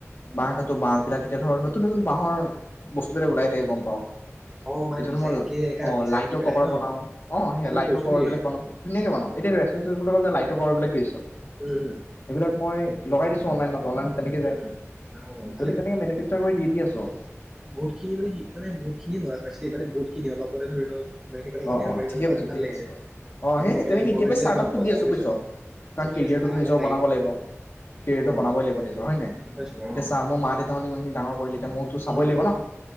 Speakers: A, on the right; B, on the left.
A: উম
B: বাক ত বাহপিলাক। এতিয়া ধৰক নতুন, নতুন বাঁহৰ বস্তুবিলাক ওলাই থাকে গম পাওঁ।
A: অ মানে
B: এতিয়া
A: ডিজাইন
B: মই
A: কে এনেকা
B: অ
A: ডিজাইন
B: লাইটৰ
A: দি পেলাই
B: কভাৰ
A: ন
B: বনাও অ সেই
A: ভালে
B: লাইটৰ
A: কৰিছ
B: কভাৰ
A: দেই
B: বিলাক বনাও ধুনীয়াকে বনাও। এতিয়া ৰেষ্টুৰেন্ট লাইটৰ পোহৰ বিলাক দিছে।
A: উম
B: সেইবিলাক মই লগাই দিছো অনলাইত অনলাইন তেনেকে
A: উম
B: যায়,
A: উম উম অ
B: ‌তহতে
A: ভালে কৰিছ
B: তেনেকে মেনফেকাৰ কৰি দি দি আছ।
A: বহুত খিনি মানে মানে বহুতখিনি ল'ৰা পাইছো এই মানে বহুতখিনি অলপতে ধৰি লওক ইমান খিনি কথা
B: অহ
A: জানিব
B: অহ
A: পাৰিছো
B: ঠিকে
A: যে
B: কৈছ
A: মানে ভাল
B: ঠিকে
A: লাগিছে
B: কৈছ বাৰু, অহ
A: এদিন
B: সেই
A: একেলগে
B: তেনেকে এতিয়
A: বহিলে
B: ষ্টাৰ্ট
A: গম
B: আপটো
A: পোৱা
B: দি
A: যাব
B: আছো
A: বুইছ
B: বুজিছ কাৰণ
A: ঠিকে
B: কেৰিয়াৰটোতো
A: আছে লাহে
B: নিজৰ
A: লাহে
B: বনাব লাগিব, কেৰিয়াৰটো
A: অ
B: বনাবই লাগিব নিজৰ হয়নে?
A: গম পাইছো বাৰু
B: এতিয়া
A: অ
B: চাহ মোৰ মা দেউতাই মোক ইমানখিনি ডাঙৰ কৰিলে এতিয়া মইতো চাবই
A: উম
B: লাগিব
A: উম
B: নহ?